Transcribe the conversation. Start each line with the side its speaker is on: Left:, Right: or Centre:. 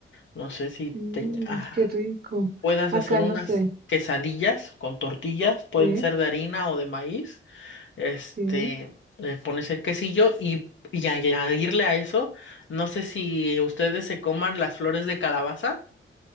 Left: No sé si
Right: Mm,
Left: ten- ajá,
Right: qué rico.
Left: puedas
Right: Acá
Left: hacer unas
Right: no sé.
Left: quesadillas con tortillas, pueden
Right: Sí,
Left: ser de harina o de maíz este,
Right: sí.
Left: le pones el quesillo y, y añadirle a eso, no sé si ustedes se coman las flores de calabaza,